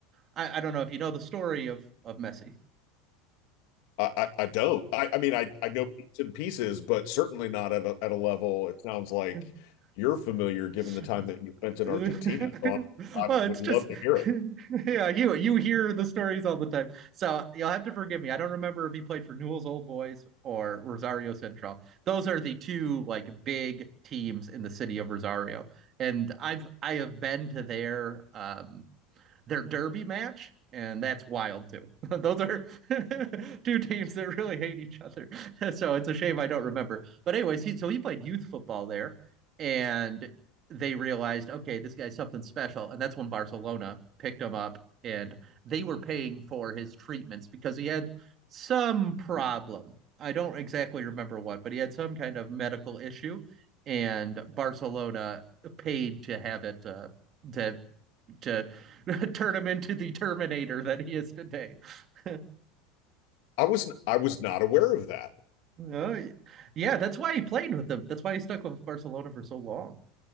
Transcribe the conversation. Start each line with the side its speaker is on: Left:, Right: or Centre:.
Right: I, I don't know if you know the story of of Messi.
Left: I I, I don't. I, I mean I I know bits and pieces, but certainly not at a, at a level it sounds like
Right: <laughs>
Left: you're familiar given
Right: <laughs>
Left: the time that you spent in
Right: Oh,
Left: Argentina. So I, I would
Right: it's just
Left: love to hear it.
Right: <laughs> yeah, you you hear the stories all the time. So you'll have to forgive me. I don't remember if he played for Newell's Old Boys or Rosario Central. Those are the two like big teams in the city of Rosario. And I've I have been to their um their derby match, and that's wild too. <laughs> Those are <laughs> two teams that really hate each other. <laughs> so it's a shame I don't remember. But anyways, he so he played youth football there, and they realized, okay, this guy's something special, and that's when Barcelona picked him up, and they were paying for his treatments because he had some problem. I don't exactly remember what, but he had some kind of medical issue, and Barcelona paid to have it uh, to to <laughs> turn him into the Terminator that he is today. <laughs>
Left: I wasn't I was not aware of that.
Right: Uh, yeah, that's why he played with them. That's why he stuck with Barcelona for so long.